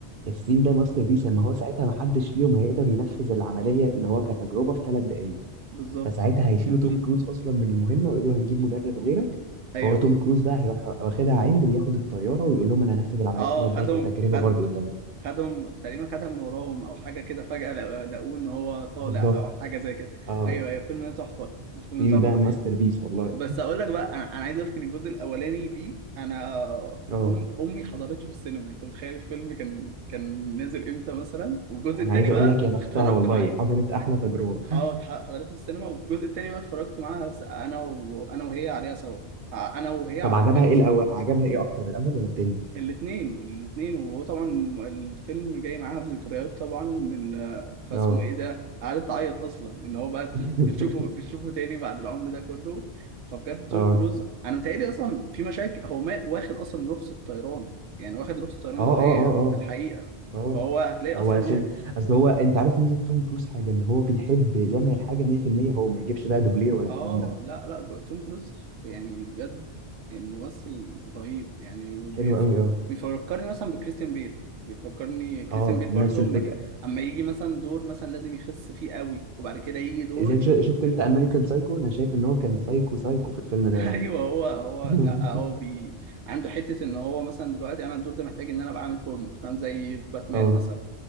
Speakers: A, on the right (about 55°); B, on the right (about 80°).
A: ياسين ده ماستر بيس اما هو ساعتها ما حدش فيهم هيقدر ينفذ العمليه اللي هو كتجربه في ثلاث دقائق
B: بالظبط
A: فساعتها هيشيلوا توم كروز اصلا من المهمه ويقولوا هنجيب مدرب غيرك
B: ايوه
A: فهو توم
B: بالظبط
A: كروز بقى هيروح واخدها عند وياخد الطياره ويقول لهم انا هنفذ العمليه
B: اه
A: في ثلاث
B: خدهم
A: دقائق كتجربه
B: خد
A: برضو قدامهم
B: خدهم تقريبا خدها من وراهم او حاجه كده فجاه لقوا- لقوه ان هو طالع
A: بالظبط
B: او حاجه زي كده
A: اه
B: ايوه ايوه الفيلم ده تحفه الفيلم
A: ياسين
B: ده تحفه
A: ده ماستر بيس والله
B: بس اقول لك بقى انا أنا عايز اقول لك ان الجزء الاولاني ليه انا
A: اه
B: أم امي حضرته في السينما انت متخيل الفيلم كان كان نازل امتى مثلا والجزء
A: انا
B: التاني
A: عايز
B: بقى
A: اقول لك يا بختها
B: اتفرجت
A: والله
B: معاه
A: حضرت احلى تجربه
B: اه اتح- حضرته في السينما والجزء التاني بقى اتفرجت معاها س- انا وانا وهي عليها سوا ع- انا وهي على
A: طب عجبها
B: الفيلم
A: ايه
B: سوا
A: الاول عجبها ايه اكتر الاول ولا التاني
B: الاثنين الاثنين وهو طبعا الفيلم جاي معاها بذكريات طبعا من فاسمه
A: اه
B: ايه ده قعدت تعيط اصلا ان هو بقى بت-
A: <laughs>
B: بتشوفه بتشوفه تاني بعد العمر ده كله فبجد توم
A: اه
B: كروز انا متهيألي اصلا في مشاكل هو ما واخد اصلا رخصة طيران يعني واخد رخصة طيران
A: اه اه
B: دولية
A: اه
B: في الحقيقة
A: اه اه
B: فهو هتلاقي اصلا
A: هو عشان اصل هو انت عارف ميزه توم كروز حاجه ان هو بيحب يعمل الحاجه 100% هو ما يجيبش بقى دوبلير ولا الكلام
B: اه
A: ده
B: لا لا توم كروز يعني بجد ممثل رهيب يعني بيف...
A: حلو قوي اه
B: بيفكرني مثلا بكريستيان بيل بيفكرني كريستيان
A: اه
B: بيل
A: نفس
B: برضو
A: الفكره
B: اما أما يجي مثلا دور مثلا لازم يخس فيه قوي وبعد كده يجي دور
A: زي شو-
B: <laughs>
A: شفت انت امريكان سايكو انا شايف ان هو كان سايكو سايكو في الفيلم ده يعني
B: ايوه هو هو
A: <laughs>
B: لا هو بي... عنده حتة ان هو مثلا دلوقتي انا الدور ده محتاج ان انا ابقى عامل فورمه فاهم زي باتمان
A: اه
B: مثلا